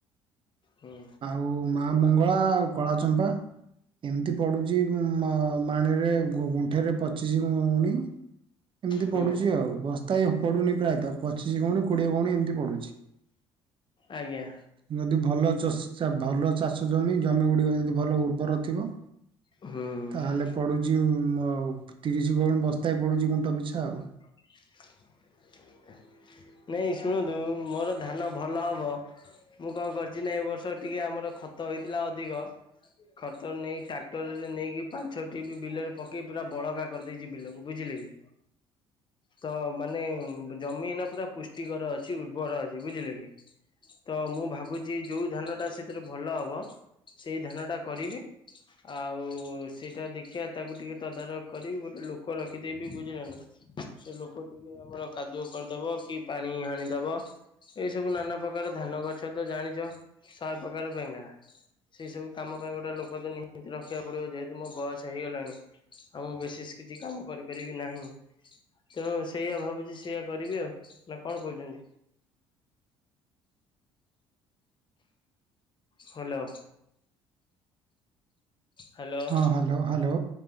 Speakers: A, on the left; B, on the right.
A: ହୁଁ।
B: ଓଉ ମା ମଙ୍ଗଳା ଆଉ କଳାଚମ୍ପା। ଏମିତି ପଡୁଛି ମାଣିରେ ଗୁଣ୍ଠରେ ପ ପଚିଶି ଗଉଣି ଏମିତି
A: ହୁଁ
B: ପଡ଼ୁଛି ଆଉ। ବସ୍ତା ପଡୁନି ପ୍ରାୟତଃ ପଚିଶ ଗଉନି କୋଡିଏ ଗୌନି ଏମିତି ପଡୁଛି।
A: ଆଜ୍ଞା।
B: ଯଦି ଭଲ ଚ ଭଲ ଚାଷ ଜମି ଜମି ଗୁଡ଼ିକ ଯଦି ଭଲ ଉର୍ବର ଥିବ।
A: ହୁଁ
B: ତାହେଲେ ପଡୁଛି ପ ତିରିଶ ଗୁଣ ବସ୍ତାଏ ପଡୁଛି ଗୁଣ୍ଟ ପିଛା ଆଉ।
A: <inaudible> ନାଇ ଶୁଣନ୍ତୁ ମୋର ଧାନ ଭଲ ହବ ମୁଁ କଣ କରିଛି ନା ଏ ବର୍ଷ ଟିକେ ଆମର ଖତ ହେଇଥିଲା ଅଧିକ ଖତ ନେଇ ଟା ଟରରେ ନେଇକି ପାଛଟି ବି ବିଲରେ ପକେଇ ପୁରା ବଳକା କରିଦେଇଛି ବିଲକୁ ବୁଝିଲେ କି ତ ମାନେ ଜମି ଏଇନା ପୁରା ପୁଷ୍ଟିକର ଅଛି ଉର୍ବର ଅଛି ବୁଝିଲେ କି। ତ ମୁଁ ଭାବୁଛି ଯେଉଁ ଧାନଟା ସେଥିରେ ଭଲ ହେବ ସେଇ ଧାନଟା କରିବି। ଆଉ ସେଇଟା ଦେଖିବା ତାକୁ ଟିକେ ତଦାରଖ କରି ଗୋଟେ ଲୋକ ରଖିଦେଇବି ବୁଝିଲ ନା। ସେ ଲୋକ ଟିକେ ଆମର କାଦୁଅ କରିଦବ କି ପାଣି ହାଣିଦବ ଏଇ ସବୁ ନାନା ପ୍ରକାର ଧାନ ଗଛ ତ ଜାଣିଛ ସ ପ୍ରକାର ବେଙ୍ଗେରା ସେଇ ସବୁ କାମ ପାଇଁ ଗୋଟେ ଲୋକ ତ ନିହାତି ରଖିବାକୁ ପଡିବ ଯେହେତୁ ମୋ ବୟସ ହେଇଗଲାଣି ଆଉ ମୁଁ ବେଶି କିଛି କାମ କରିପାରିବି ନାହିଁ। ତେଣୁ ସେଇଆ ଭାବୁଛି ସେଇଆ କରିବି ଆଉ, ନା କଣ କହୁଚନ୍ତି? ହାଲୋ। ହ୍ୟାଲୋ।
B: ହଁ ହାଲୋ-ହାଲୋ